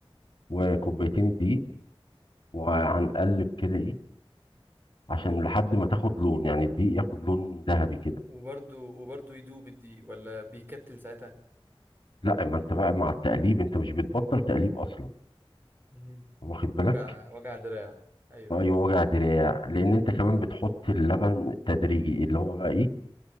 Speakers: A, on the left (about 55°); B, on the right (about 20°).
A: وكوبايتين
B: تمام
A: الدقيق وهنقلب كده ايه عشان لحد ما تاخد لون يعني الدقيق ياخد لون ذهبي كده
B: وبرده وبرده يدوب الدقيق ولا بيكتل ساعتها
A: لا ما انت بقى مع التقليب انت مش بتبطل تقليب اصلا
B: مم.
A: واخد بالك
B: وجع وجع دراع ايوه
A: ايوه
B: ايوه
A: وجع دراع لان انت كمان بتحط اللبن تدريجي اللي هو بقى ايه